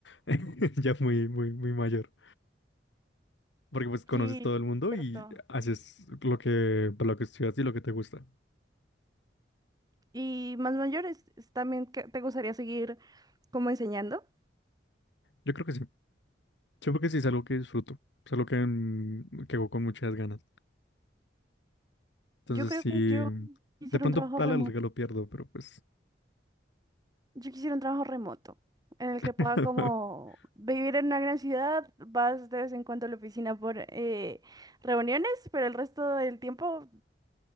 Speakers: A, on the left; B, on the right.
A: <laughs> ya muy, muy, muy mayor. Porque pues conoces
B: Sí,
A: todo el
B: es
A: mundo
B: cierto.
A: y haces lo que, para lo que estudias y lo que te gusta.
B: Y más mayores, es también que te gustaría seguir como enseñando.
A: Yo creo que sí. Yo creo que sí es algo que disfruto. Es algo que, mm, que hago con muchas ganas. Entonces
B: Yo creo
A: sí,
B: que yo quisiera
A: de pronto
B: un trabajo
A: a
B: remoto.
A: la larga lo pierdo, pero pues.
B: Yo quisiera un trabajo remoto en el
A: <laughs>
B: que pueda como vivir en una gran ciudad, vas de vez en cuando a la oficina por eh, reuniones, pero el resto del tiempo